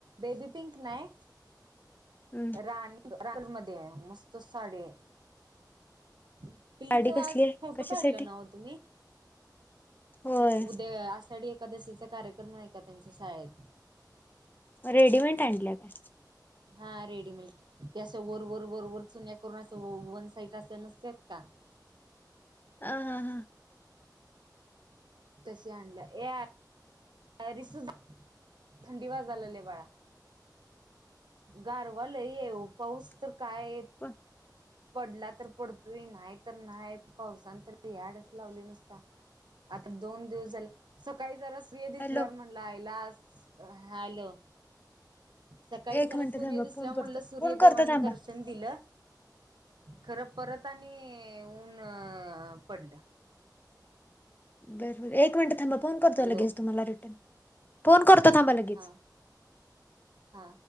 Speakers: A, on the right; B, on the left.
A: बेबीपिंक नाय
B: हम्म
A: राणी रात मधेय मस्त साडीय. पिलीचं
B: साडी
A: वाज
B: कसली आहे
A: फोटो
B: कशासाठी
A: काढलं नावं तुम्ही?.
B: होय
A: उद्या आसाडी एकादशीचा कार्यक्रम न्हाई का त्यांचं साळेत.
B: रेडीमेट आणल्या काय?
A: हा, रेडीमेल्ट. ते असं वर, वर, वर, वर चुन्या करुन, असं वन साईट असं नसत्यात का?
B: हा, हा, हा.
A: तशी आणलं, ये <unintelligible> थंडी वाजालीया बाळा गार वल येवं पाऊस तर कायेत
B: पण
A: पडला तर पडतोय न्हाय त न्हाय पावसानं तर याडच लावलंय नुसता. आता दोन दिवस झाले, सकाळी जरास प्रिये दिसल्यावर
B: हॅलो
A: म्हणल, आयला आज हॅलो, सकाळी
B: एक
A: जरा
B: मिनिटं
A: सूर्य
B: थांबा
A: दिसल्या
B: फोन
A: म्हटलं
B: करतो
A: सूर्यदेवानी
B: फोन करतो थांबा
A: दर्शन दिलं. खरं परत आणि ऊन अ.. पडलं.
B: बरं बर एक मिनिटं थांबा फोन करतो.
A: हॅलो
B: लगेच तुम्हाला रिटर्न फोन करतो थांबा लगेच,
A: हा हा.